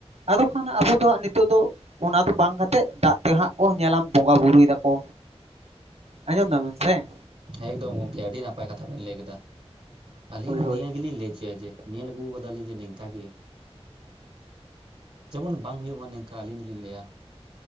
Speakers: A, on the right; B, on the right.
A: ᱟᱫᱚ ᱠᱷᱟᱱ ᱟᱵᱚ ᱫᱚ ᱦᱟᱸᱜ ᱱᱤᱛᱚᱜ ᱫᱚ ᱚᱱᱟ ᱫᱚ ᱵᱟᱝ ᱠᱟᱛᱮᱫ ᱫᱟᱜ ᱛᱮᱦᱟᱸᱜ ᱠᱚ ᱧᱮᱞᱟ ᱵᱚᱸᱜᱟ ᱵᱩᱨᱩᱭ ᱫᱟᱱ ᱠᱚ, ᱟᱧᱚᱢ ᱫᱟᱢ ᱵᱤᱱ ᱥᱮ
B: ᱮᱠᱫᱚᱢ ᱜᱚᱝᱠᱮ ᱟᱹᱰᱤ ᱱᱟᱯᱟᱭ ᱠᱟᱛᱷᱟ ᱵᱮᱱ ᱞᱟᱹᱭ ᱠᱮᱫᱟ ᱟᱹᱞᱤᱧ
A: ᱦᱳᱭ
B: ᱦᱚᱸ
A: ᱦᱳᱭ
B: ᱱᱤᱭᱟᱹ ᱜᱮᱞᱤᱧ ᱞᱟᱹᱭ ᱦᱚᱪᱚᱭᱟ ᱡᱮ ᱧᱮᱞ ᱟᱹᱜᱩ ᱟᱠᱟᱫᱟ ᱞᱤᱧ ᱡᱮ ᱱᱚᱝᱠᱟ ᱜᱮ, ᱡᱮᱢᱚᱱ ᱵᱟᱝ ᱦᱩᱭᱩᱜ ᱢᱟ ᱱᱤᱝᱠᱟ ᱟᱹᱞᱤᱧ ᱫᱚᱞᱤᱧ ᱞᱟᱹᱭᱟ ᱾